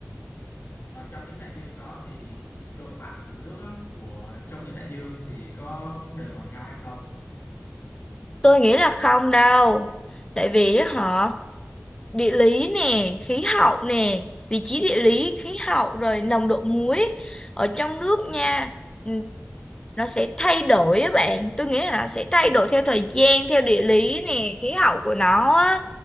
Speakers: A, on the left (about 45°); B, on the left (about 15°).
A: ở trong những đại dương đó thì độ mặn của nước á, của trong những đại dương thì có đều bằng nhau hay không?
B: Tôi nghĩ là không đâu. Tại vì á họ địa lý nè, khí hậu nè, vị trí địa lý, khí hậu rồi nồng độ muối ở trong nước nha. ừ, Nó sẽ thay đổi á bạn. Tôi nghĩ là nó sẽ thay đổi theo thời gian, theo địa lý nè, khí hậu của nó á.